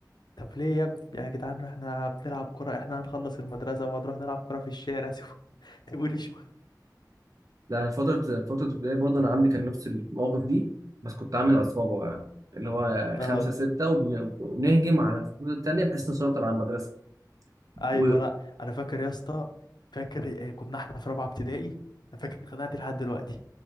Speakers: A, on the left; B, on the right.
A: طب ليه يا ابني يا جدعان احنا بنلعب كورة احنا هنخلص المدرسة وهنروح نلعب كورة في الشارع <laughs> سيبوني سيبوني شوية
B: لا فترة فترة البداية برضه أنا عندي كان نفس المواقف دي بس كنت عامل عصابة بقى اللي هو
A: <laughs>
B: خمسة ستة وبن- وبنهجم على الفصول التانية بحيث نسيطر على المدرسة
A: ايوه
B: و
A: لا انا فاكر يا اسطى فاكر آه، كنا احنا في رابعه ابتدائي انا فاكر الخناقه دي لحد دلوقتي